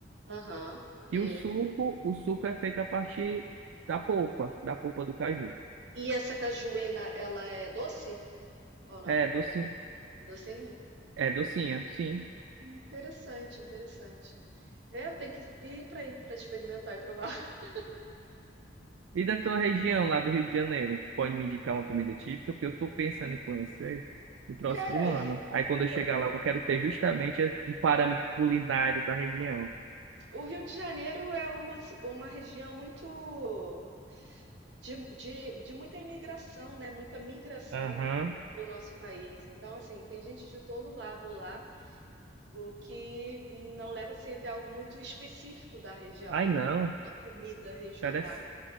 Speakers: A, on the right; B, on the right.
A: Aham. E,
B: E o suco, o suco é feito a partir da polpa, da polpa do caju.
A: e essa cajuína, ela é doce ou não?
B: É, docinha,
A: É docinho?
B: é docinha, sim.
A: Interessante, interessante. É, eu tenho que ir para aí, para experimentar e provar. <laughs>
B: E da tua região lá do Rio de Janeiro, tu pode me indicar uma comida típica, porque eu tô pensando em conhecer no próximo
A: Cara,
B: ano. Aí quando eu
A: eu-
B: chegar lá, eu quero ter justamente um parâmetro culinário da região.
A: o Rio de Janeiro é uma, ci- uma região muito de, de, de muita imigração, né? Muita migração
B: Aham.
A: do nosso país. Então, assim, tem gente de todo lado lá, o que não leva assim, até algo muito específico da região.
B: Ai, não.
A: Não tem uma comida regional
B: Parece.